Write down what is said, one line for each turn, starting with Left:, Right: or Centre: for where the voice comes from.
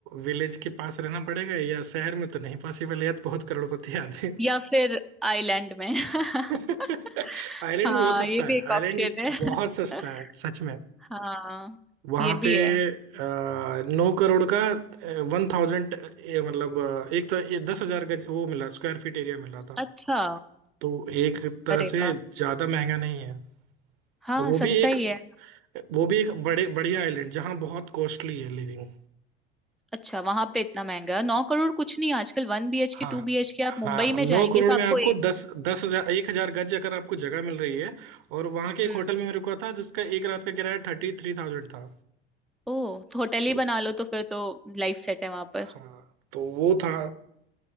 Right: विलेज के पास रहना पड़ेगा या शहर में तो नहीं पॉसिबल है या तो बहुत करोड़पति आदमी
Centre: या फिर आइलैंड में <laughs>
Right: <laughs> आइलैंड
Centre: हाँ
Right: में बहुत सस्ता
Centre: ये
Right: है
Centre: भी एक ऑप्शन
Right: आइलैंड
Centre: है
Right: बहुत सस्ता
Centre: <laughs>
Right: है सच में
Centre: हाँ
Right: वहां
Centre: ये भी
Right: पे
Centre: है
Right: आ, नौ करोड़ का वन थाउजेंड मतलब अ, एक तो ये दस हजार गज वो मिला स्क्वायर फीट एरिया मिला था
Centre: अच्छा
Right: तो एक तरह
Centre: अरे
Right: से
Centre: वाह
Right: ज्यादा महंगा नहीं है
Centre: हाँ
Right: और वो भी
Centre: सस्ता
Right: एक
Centre: ही है
Right: वो भी एक बड़े बढ़िया आइलैंड जहाँ बहुत कॉस्टली है लिविंग
Centre: अच्छा वहां पे इतना महंगा है नौ करोड़ कुछ नहीं आजकल वन बी एच के
Right: हाँ
Centre: टू बी एच के
Right: हाँ
Centre: आप मुंबई
Right: नौ
Centre: में जाएंगे
Right: करोड़
Centre: तो
Right: में
Centre: आपको
Right: आपको
Centre: एक
Right: दस दस हजार एक हजार गज अगर आपको जगह मिल रही है और वहां के
Centre: हम्म
Right: एक होटल में मेरे को था जिसका एक रात का किराया थर्टी थ्री थाउजेंड था
Centre: ओह तो होटल
Right: तो
Centre: ही बना लो तो फिर तो लाइफ सेट है वहां पर
Right: हाँ तो वो था